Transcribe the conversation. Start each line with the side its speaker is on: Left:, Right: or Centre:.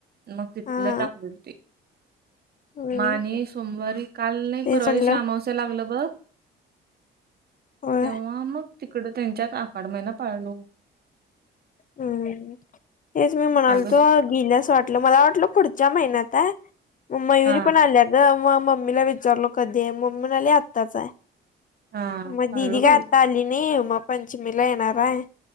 Right: मग तिथलं
Left: हा
Right: टाकलेल ते
Left: हम्म
Right: माने सोमवारी काल नाही
Left: तेच
Right: परवा
Left: म्हणलं
Right: दिवशी अमावश्या लागलं बघ
Left: होय
Right: तेव्हा मग तिकड त्यांच्या आखड महिना पाळलो
Left: हम्म तेच मी म्हणाल
Right: आलो
Left: तो
Right: सकाळ
Left: गेल्यास वाटलं मला वाटलं पुढच्या महिन्यात आहे मयुरी
Right: हा
Left: पण आल्या ग मग मम्मीला विचारलो कधी मम्मी म्हणाआले आत्ताच आहे
Right: हा
Left: मग
Right: पाळलो
Left: दिदी
Right: बाई
Left: काय आता आली नाही मग पंचमीला येणार आहे